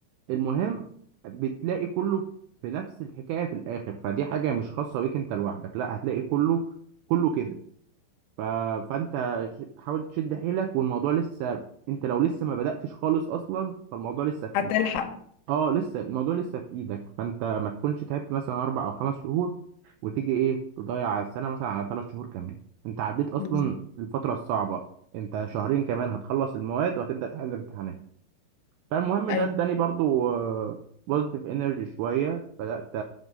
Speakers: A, on the right; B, on the left.
A: المهم بتلاقي كله في نفس الحكاية في الآخر فدي حاجة مش خاصة بيك أنت لوحدك لا هتلاقي كله كله كده ف... فأنت ش- حاول تشد حيلك والموضوع لسه أنت لو لسه ما بدأتش خالص أصلا فالموضوع لسه في
B: هتلحق
A: إيدك أه لسه الموضوع لسه في إيدك فأنت ما تكونش تعبت مثلا أربع أو خمس شهور وتيجي إيه تضيع السنة مثلا على ثلاث شهور كمان أنت عديت أصلا
B: بز-
A: الفترة الصعبة أنت شهرين كمان هتخلص المواد وهتبدأ تحل امتحانات فالمهم
B: ايوه
A: ده اداني برضو بوزيتيف انرجي شويه بدات